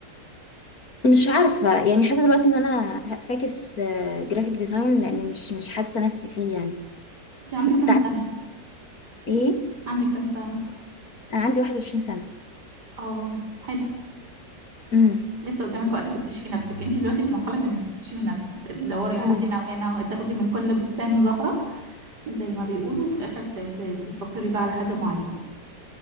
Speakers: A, on the left; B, on the right.
A: مش عارفة يعني حاسة دلوقتي ان انا فاكس جرافيك ديزاين لان مش مش حاسة نفسي فيه يعني
B: انت عندك
A: فكنت
B: كام
A: عايزة
B: سنه
A: ايه
B: عندك كام سنه
A: انا عندي 21 سنة
B: اه حلو
A: امم
B: لسه قدامك وقت تكتشفي نفسك انت دلوقتي في مرحلة انك تكتشفي نفسك تدوري على
A: اه بالظبط.
B: هنا وهنا وتاخدي من كل بستان زهرة زي ما بيقولوا وفي الاخر ت- ت- تستقري بقى على حاجة معينة